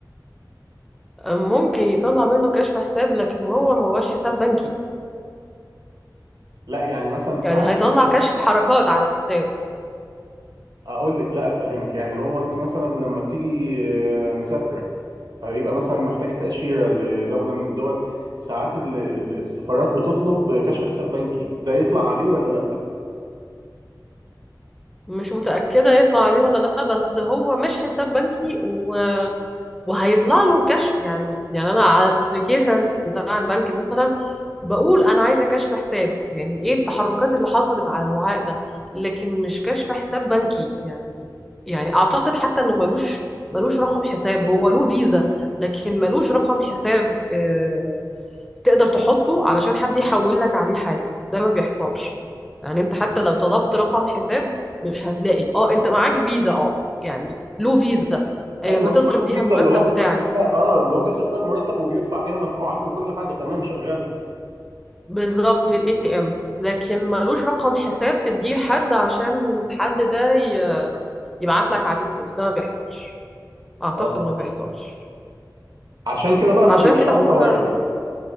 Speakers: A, in the centre; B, on the right.
A: ممكن يطلع منه كشف حساب لكن هو ما هوش حساب بنكي
B: لا يعني مثلا ساعات
A: يعني هيطلع كشف حركات على الحساب
B: اقول لك لا افهمك يعني هو انت مثلا لما بتيجي آه، مسافرة فيبقى مثلا محتاجة تأشيرة لدولة من الدول ساعات ال- ال- السفارات بتطلب كشف حساب بنكي ده يطلع عليه ولا لا
A: مش متأكدة يطلع عليه ولا لأ بس هو مش حساب بنكي و... وهيطلع له كشف يعني يعني أنا على الابليكيشن بتاع البنك مثلا بقول أنا عايزة كشف حساب يعني إيه التحركات اللي حصلت على الوعاء ده لكن مش كشف حساب بنكي يعني يعني أعتقد حتى إنه ملوش ملوش رقم حساب هو له فيزا لكن ملوش رقم حساب آه، تقدر تحطه علشان حد يحول لك عليه حاجة ده ما بيحصلش يعني انت حتى لو طلبت رقم حساب مش هتلاقي اه انت معاك فيزا اه يعني له فيزا آه،
B: ايوه
A: بتصرف
B: ايوه له
A: بيها
B: فيزا
A: المرتب
B: اللي هو بيصرف
A: بتاعك
B: بيها اه اللي هو بيصرف بيها المرتب وبيدفع بيها مدفوعاته وكل حاجة تمام شغالة
A: بالظبط من الاي تي ام لكن ملوش رقم حساب تديه لحد عشان الحد ده يبعت لك عليه فلوس ده ما بيحصلش اعتقد
B: اه اه
A: انه ما بيحصلش
B: عشان كده بقى
A: فعشان
B: ما بيبقاش
A: كده
B: عليه
A: هو
B: فوائد